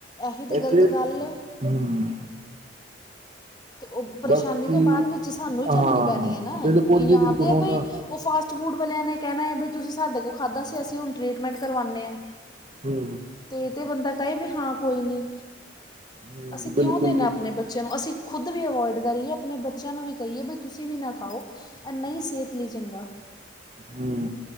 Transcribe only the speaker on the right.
ਇਹ
ਚ
ਹਮ
ਬਸ ਕਿ
ਹਾਂ
ਹਾਂ
ਬਿਲਕੁਲ ਜੀ
ਬਿਲਕੁਲ
ਹੁਣ
ਹੂੰ
ਹੂੰ
ਹੂੰ
ਬਿਲਕੁਲ
ਜੀ ਬਿਲਕੁਲ
ਹਮ